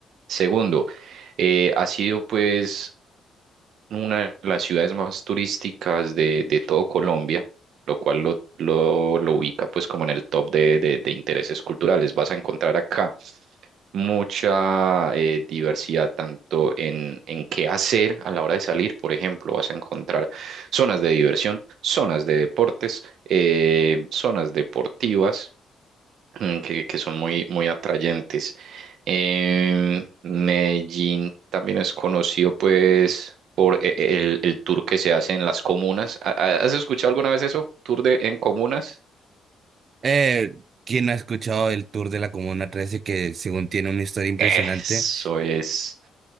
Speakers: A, on the right; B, on the right.
A: segundo, eh, ha sido pues una de las ciudades más turísticas de, de todo Colombia, lo cual lo, lo, lo ubica pues como en el top de de- de intereses culturales. Vas a encontrar acá mucha eh, diversidad tanto en, en qué hacer a la hora de salir. Por ejemplo, vas a encontrar zonas de diversión, zonas de deportes, eh, zonas deportivas mm, que, que son muy, muy atrayentes. Em, Medellín también es conocido pues por e- e- el, el tour que se hace en las comunas. ¿Ha- ha- ¿Has escuchado alguna vez eso? ¿Tour de, en comunas?
B: Eh, ¿quién no ha escuchado el tour de la Comuna 13 que según tiene una historia impresionante?
A: Eso es.